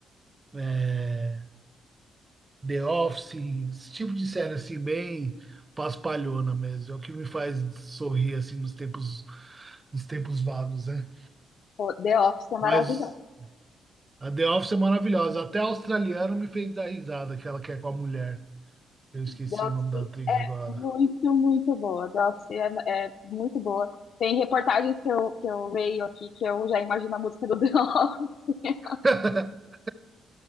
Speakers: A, on the right (about 25°); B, on the left (about 55°).
A: é, The Office, esse tipo de série assim bem paspalhona mesmo. É o que me faz sorrir assim nos tempos nos tempos vagos, né?
B: Co- The Office, é maravilhosa.
A: Mas A The Office é maravilhosa. Até a australiana me fez dar risada, aquela que ela quer com a mulher. Eu esqueci
B: The Office
A: o nome da atriz
B: é
A: agora.
B: muito, muito boa. The Office é, é muito boa. Tem reportagens que eu, que eu leio aqui que eu já imagino a música do The Office. <laughs>
A: <laughs>